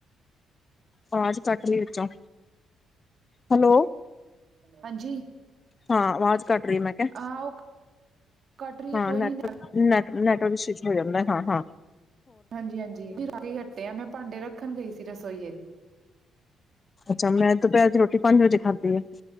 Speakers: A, on the left (about 35°); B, on the right (about 55°).
A: ਆਵਾਜ਼ ਕੱਟ ਰਈ ਏ ਵਿੱਚੋਂ। ਹੈਲੋ,
B: ਹਾਂਜੀ
A: ਹਾਂ ਆਵਾਜ਼ ਕਟ ਰਈ ਏ, ਮੈਂ ਕਿਹਾ।
B: ਹਾਂ ਉਹ ਕੱਟ ਰਹੀ ਹੈ
A: ਹਾਂ
B: ਕੋਈ
A: ਨੈਟਵਰਕ,
B: ਨੀ
A: ਨੈਟ ਨੈਟਵਰਕ ਸਵਿਚ ਹੋ ਜਾਂਦਾ, ਹਾਂ-ਹਾਂ।
B: ਹਾਂਜੀ-ਹਾਂਜੀ <unintelligible> ਕੇ ਹੱਟੇ ਆ, ਮੈਂ ਭਾਂਡੇ ਰੱਖਣ ਗਈ ਸੀ ਰਸੋਈਏ।
A: ਅੱਛਾ, ਮੈਂ ਦੁਪਹਿਰ ਦੀ ਰੋਟੀ ਪੰਜ ਵਜੇ ਖਾਧੀ ਹੈ